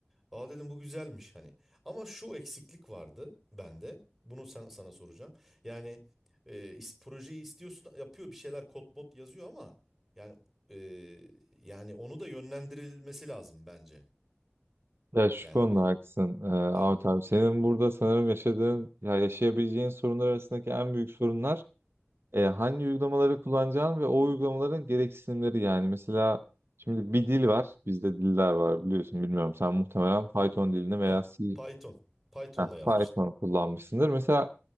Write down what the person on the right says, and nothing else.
Ya şu
konuda
haklısın e, Ahmet
abi. Senin burada sanırım yaşadığın ya yaşayabileceğin sorunlar arasındaki en büyük sorunlar e, hangi uygulamaları kullanacağın ve o uygulamaların gereksinimleri yani. Mesela şimdi bir dil var. Bizde diller var biliyorsun bilmiyorum. Sen muhtemelen Python dilini veya
C,
Heh,
Python kullanmışsındır. Mesela